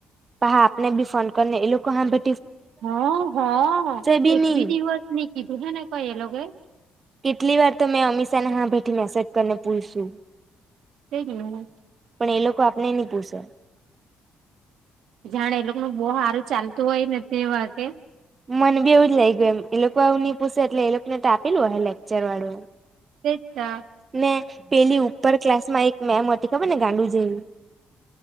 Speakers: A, on the right; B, on the right.
A: હા આપને ભી ફોન કરને એ લોકો હાંભે.
B: હ હ હ
A: બી
B: એકભી
A: ની
B: દીવસ નીત કીધુંછને કઈ એ લોકોએ.
A: કેટલી વાર તો મેં અમીષા ને હાંભેથી મેસેજ કરીને પૂયસુ.
B: <inaudible>
A: પણ એ લોકો આપને નહી પૂસેે
B: જાણે એ લોકો નુ બહુ સારું ચાલતું હોય ને તેવા કે.
A: મને બી એવું જ લાગ્યું એમ એ લોકો આવું નઈ પૂછે એટલે એ લોકો ને તો આપેલું ઓહે લેક્ચર વાળું એ.
B: તે ત્યાં
A: ને પેલી ઉપર ક્લાસ માં એક મેમ હતી ખબર ને ગાંડુ જેવી.